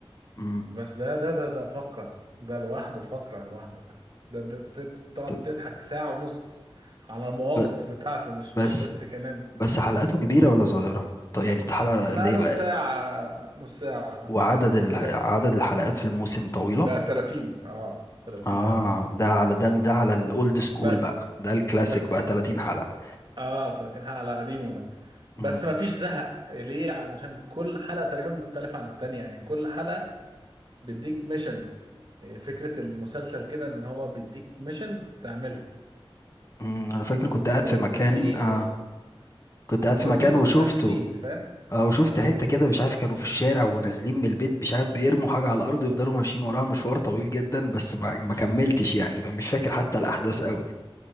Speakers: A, on the left; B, on the right.
A: مم.
B: بس ده ده ده ده فقرة ده لوحده فقرة لوحده ده ده, ده تت- تقعد
A: طب
B: تضحك ساعة ونص على المواقف
A: ب...
B: بتاعته مش
A: بس
B: مش بس كلام
A: بس حلقاته كبيره ولا صغيره طب يعني الحلقه
B: لا
A: اللي
B: نص
A: هي-
B: ساعة نص ساعة
A: وعدد
B: بالكتير
A: ال...
B: أوي
A: عدد الحلقات في الموسم طويله
B: لا 30 اه 30
A: اه
B: حلقة
A: ده على ده ده على الاولد سكول
B: بس
A: بقى ده الكلاسيك
B: بس
A: بقى 30 حلقه
B: اه 30 حلقة على قديمه ده
A: مم.
B: بس ما فيش زهق ليه علشان كل حلقة تقريبا مختلفة عن التانية يعني كل حلقة بيديك ميشن فكرة المسلسل كده ان هو بيديك ميشن تعملها
A: مم. انا فاكر كنت
B: و-
A: قاعد في
B: ويبقى
A: مكان
B: فيه
A: آه. كنت قاعد
B: انتوا
A: في
B: الاتنين
A: مكان
B: متنافسين
A: وشفته
B: فاهم
A: اه وشفت حتة كده مش عارف كانوا في الشارع ونازلين من البيت مش عارف بيرموا حاجة على الأرض ويفضلوا ماشيين وراها مشوار طويل جدا بس ما, ما كملتش يعني فمش فاكر حتى الأحداث قوي